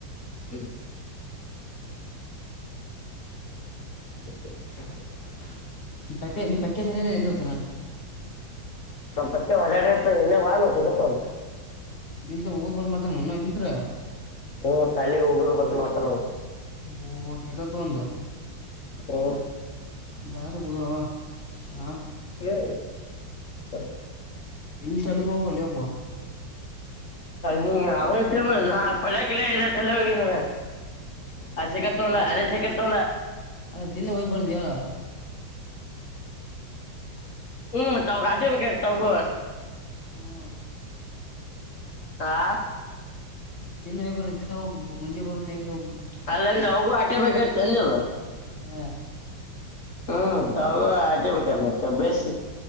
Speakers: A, on the left (about 50°); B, on the left (about 30°).
A: ಹ್ಮ ಹ
B: ಪಕ್ಕೆ ನೀನ್ ಪಕ್ಕ ಸರಿ ಎಲ್ಲಿ ಹೋಗತಾರ
A: ನಮ್ಮ್ ಪಕ್ಕೆ ಹೊಡಾಡಿ ಇತ್ತು ಏನೇ ವಲ್ಲ್ಲ ಸಿಗತ್ ಅವರು
B: ಇದ ಊದಬಳ ಮಾತ್ರ ನಾನ ಇಲ್ಲಿತ್ತ್ರ
A: ಹ್ಮ್ ಶಾಲಗ್ ಹೋಗುದು ಬರ್ ಮತ್ತ ನ
B: ಓ ಈಗ ತಂದು
A: ಹ
B: ಭಾರಿ ಬಿಡವಾ ಆಾ
A: ಯ ಹ
B: ಇಲ್ಲಿ ತಳಿಗ ಹಕಲ್ಲಿಯಪ್ಪ
A: ನೀ ಅವ ನಾ ಪಡಕಿಲ್ಲ ಇಲ್ಲ ಸಲ ಹೋಗನು ಆ ಸೆಕ್ಕ ತೋಣ್ಣ
B: ಅಲ್
A: ಅರೆಸೆಕ್ಕ ತೋಣ್ಣ
B: ಅಲ್ಲ ದಿನ ಹೋಗಿ ಬರೋದು ಹೇಳ
A: ಹ್ಮ್ ತಾವ ಕಚ ಬ ಕ ತಗ
B: ಹ್ಮ್
A: ಹಾ
B: ದಿನ ಹೇ ಬರ ದಿನ ಹೋಗ ಮುಂಜೆ ಬರೋದು ಹೇಗ ಹೋಗ
A: ಅಲ್ಲಂದ್ರ ಅವಗೂ ಆಟೆ ಬೇಕರ್ತ ಅಂದಲ್
B: ಹ
A: ಹ್ಮ್ ತ ಆಟಿಬೇಕಾದ ಮತ್ತೆ ಬೇಸಿ